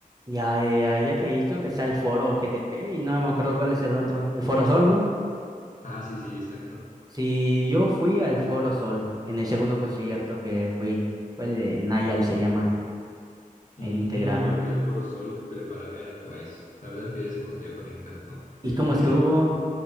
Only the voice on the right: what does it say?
Ya, ya, ya, ya que ahí creo que está el foro GNP y no me acuerdo cuál es el otro. El Foro Sol, ¿no?
Sí, yo fui al Foro Sol en el segundo concierto que fui. Fue el de Nayal, se llama
el integrante.
¿Y cómo estuvo?